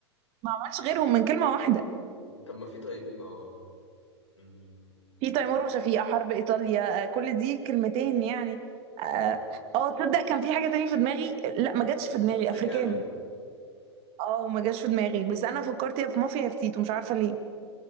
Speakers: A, on the right; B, on the left.
A: ما عملش غيرهم من كلمه واحده
B: طب ما في طيب اه مم،
A: في تيمور وشفيقة حرب إيطاليا آه، كل دي كلمتين يعني
B: آه.
A: اه آه، تصدق كان في حاجة تانية في دماغي لا ما جاتش في دماغي
B: افريكانو
A: أفريكانو اه ما جاتش في دماغي بس أنا فكرت يا في مافيا يا في تيتو مش عارفة ليه